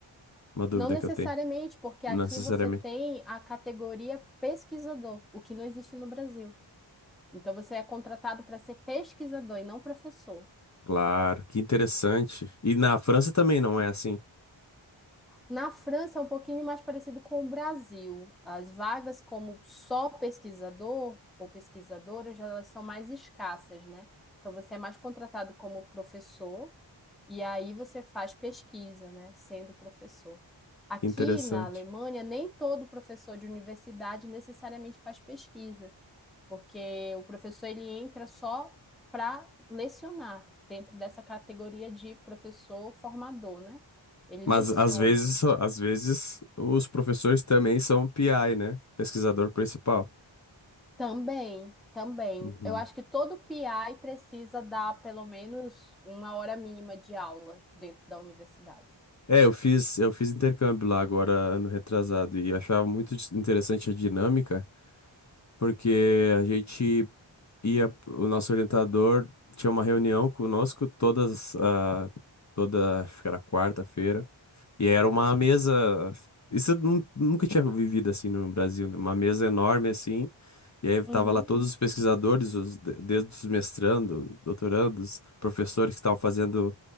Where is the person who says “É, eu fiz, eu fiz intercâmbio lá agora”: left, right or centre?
Left